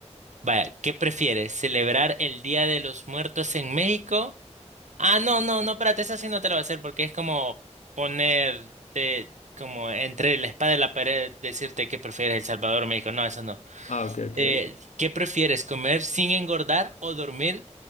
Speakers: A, on the right; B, on the left.
A: Vaya, ¿qué prefieres? ¿Celebrar el Día de los Muertos en México? Ah, no, no, no, espérate, esa sí no te la voy a hacer porque es como ponerte como entre la espada y la pared, decirte qué prefieres, El Salvador o México. No, eso no.
B: Ah, ok, ok.
A: Eh, ¿qué prefieres? ¿Comer sin engordar o dormir